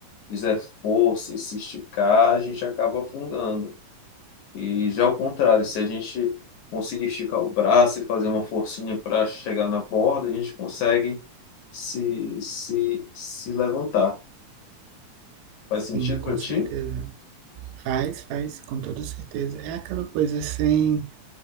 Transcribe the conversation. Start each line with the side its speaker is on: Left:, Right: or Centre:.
Left: fizer força e se esticar, a gente acaba afundando. E já ao contrário, se a gente conseguir esticar o braço e fazer uma forcinha para chegar na borda, a gente consegue se, se, se levantar. Faz
Right: Sim,
Left: sentido
Right: com
Left: para ti?
Right: certeza. Faz, faz, com toda certeza. É aquela coisa sem,